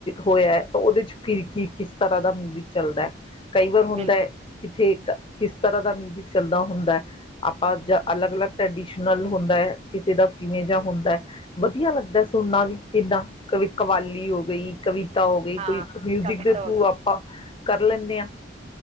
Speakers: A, on the left; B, on the right.
A: ਹੋਇਆ ਤਾਂ ਓਦੇ ਚ, ਕੀ ਕੀ ਕਿਸ ਤਰ੍ਹਾਂ ਦਾ ਮਿਊਜਿਕ ਚਲਦਾ ਕਈ ਵਾਰ ਹੁੰਦਾ
B: ਬਿਲਕੁਲ
A: ਐ ਕਿੱਥੇ ਕਿਸ ਤਰ੍ਹਾਂ ਦਾ ਮਿਓਜਿਕ ਚੱਲਦਾ ਹੁੰਦਾ, ਆਪਾਂ ਅਲੱਗ, ਅਲੱਗ ਟ੍ਰਡੀਸ਼ਨਲ ਹੁੰ ਦਾ ਏ, ਕਿਸੇ ਦਾ ਕਿਵੇਂ ਜੇਹਾ ਹੁੰਦਾ ਵਧੀਆ ਲੱਗਦਾ ਸੁਣਨਾ ਵੀ। ਕਿੱਦਾਂ? ਕਵ ਕਵਾਲੀ ਹੋ ਗਈ ਕਵਿਤਾ ਹੋ ਗਈ,
B: ਹਾਂ
A: ਕੋਈ ਮਿਊਜਿਕ
B: ਕਵਿਤਾ
A: ਦੇ ਥਰੂ
B: ਹੋ ਗਈ
A: ਆਪਾਂ ਕਰ ਲੈਨੇ ਆ।